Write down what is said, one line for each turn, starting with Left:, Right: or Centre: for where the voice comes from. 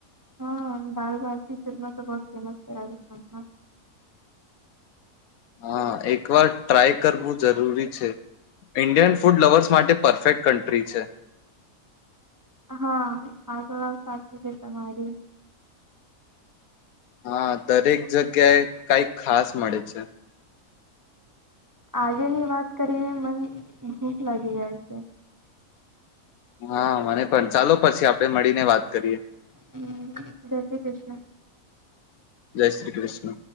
Right: હા દાલ ભારતી ચૂરમાં તો બહોત ફેમસ છે રાજસ્થાનમાં
Left: હા એક વાર ટ્રાય કરવું જરૂરી છે ઇન્ડિયન ફૂડ લવર્સ માટે પરફેક્ટ કન્ટ્રી છે
Right: હા પણ વાત સાચી છે તમારી
Left: હા દરેક જગ્યાએ કઈક ખાસ મળે છે
Right: આજેની વાત કરીને મન ભૂખ લાગી જાય છે
Left: હા મને પણ ચાલો પછી આપ આપે મળીને વાત કરીએ
Right: હમ્મ જય શ્રી કૃષ્ણ
Left: જય શ્રી કૃષ્ણ.